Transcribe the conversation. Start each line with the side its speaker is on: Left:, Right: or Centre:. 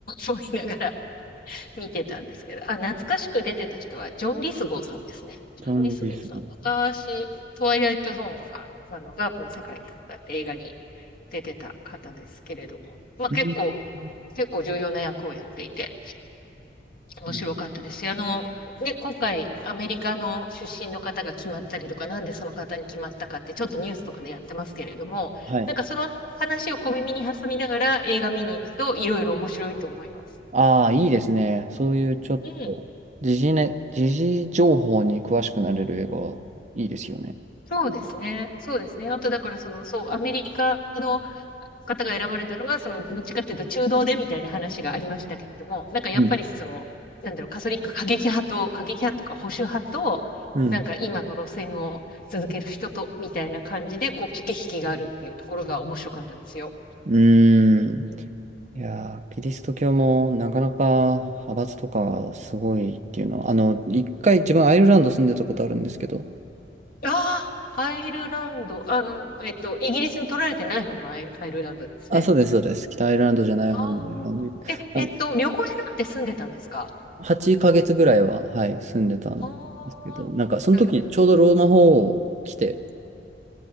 Left: 思いながら <laughs> 見てたんですけど、あ、懐かしく出てた人は、ジョン・リスゴーさんですね。ジョン・
Right: ジョン・
Left: リスゴーさん、
Right: リスゴーさ
Left: 昔、トワイライト・ゾーンとか、あの、ガープの世界とかって映画に出てた方ですけれども、まあ結構、
Right: ん。
Left: 結構重要な役をやっていて、面白かったですよ。
Right: うん。
Left: あの、ね、今回、アメリカの出身の方が決まったりとか、なんでその方に決まったかって、ちょっとニュースとかでやってますけれども、
Right: はい。
Left: なんかその話を小耳に挟みながら映画見に行くと、いろいろ面白いと思います。
Right: ああ、いいですね。そういうちょっと、
Left: うん。
Right: 時事ね、時事情報に詳しくなれる映画はいいですよね。
Left: そうですね。そうですね。あと、だから、その、そう、アメリカの方が選ばれたのが、その、どっちかっていうと中道でみたいな話がありましたけれども、なんかやっぱりその、
Right: うん。
Left: なんだろう、カトリック過激派と、過激派とか保守派と、
Right: うん。
Left: なんか今の路線を続ける人と、みたいな感じで、こう、駆け引きがあるっていうところが面白かったですよ。
Right: うーん。
Left: うん
Right: いやー、キリスト教もなかなか派閥とかがすごいっていうのは、あの、一回自分アイルランド住んでたことあるんですけど、
Left: ああ、アイルランド、あの、えっと、イギリスに取られてない方のアイ、アイルランドですね。
Right: あ、そうです、そうです。北アイルランドじゃない方のアイルランドに、
Left: ああ、え、
Right: あ、
Left: えっと、旅行じゃなくて住んでたんですか
Right: 8ヶ月ぐらいは、はい、住んでたんですけど、
Left: あ
Right: なんかその時ちょうどローマ法王来て、
Left: あー、なるほどね。